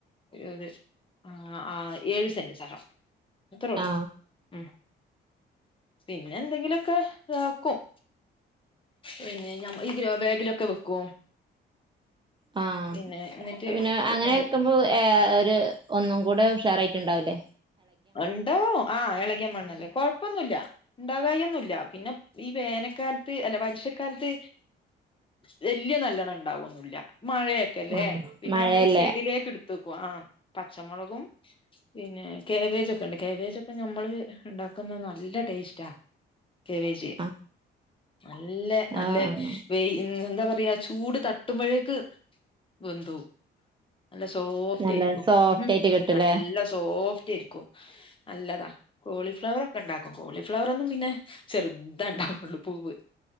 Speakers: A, on the left; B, on the right.
A: ഒര് ആ ആ ഏയ് സെന്റ് സ്ഥലം അത്രള്ളൂ
B: ആ
A: ഉം. പിന്നെ എന്തെങ്കിലൊക്കെ ഇതാക്കും. പിന്നെ ഞ ഈ ഗ്രോബേഗിലൊക്കെ വെക്കും.
B: ആഹ്
A: പിന്നെ എന്നിട്ട്
B: പിന്നെ
A: ഇതൊക്കെണ്ട്
B: അങ്ങനെ വെക്കും അപ്പൊ ഏ ഒര് ഒന്നും കൂടെ ഉഷാറായിട്ട്ണ്ടാവില്ലെ.
A: ഇണ്ടാവും ആ എളക്യാ മണ്ണല്ലേ കൊഴ്പ്പൊന്നുല്ല. ഇണ്ടാകായൊന്നുല്ല്യ പിന്നെ ഈ വേനക്കാൽത്ത് അല്ല വർഷക്കാലത്ത് വല്യ നല്ലണം ഇണ്ടാവൊന്നുല്യ മഴയൊക്കെല്ലേ
B: ആ
A: പിന്നെ
B: മഴയല്ലേ
A: അമ്മളീ സൈഡിലേക്ക് ഇട് ത്തെക്കും ആ പച്ചമുളകും പിന്നെ കേബേജൊക്കെ ഇണ്ട് കേബേജൊക്കെ ഞമ്മള് ഇണ്ടാക്ക്ന്നെ നല്ലടേശ്റ്റാ. കേവേജ്
B: ആ
A: നല്ലെ നല്ലെ
B: ആ ആ
A: വെയി എന്താ പറയാ ചൂട് തട്ട്മ്പഴേക്ക് വെന്തോവും. നല്ല സോഫ്‌റ്റേര്ക്കും
B: നല്ല സോഫ്റ്റ്
A: ഉം
B: ആയിട്ട് കിട്ടൂലേ
A: നല്ല സോഫ്റ്റേര്ക്കും. നല്ലതാ കോളിഫ്ലവർ ഒക്കെ ഇണ്ടാക്കും കോളിഫ്ലവറൊന്നും പിന്നെ ചെർതാണ്ടാവെള്ളൂ പൂവ്.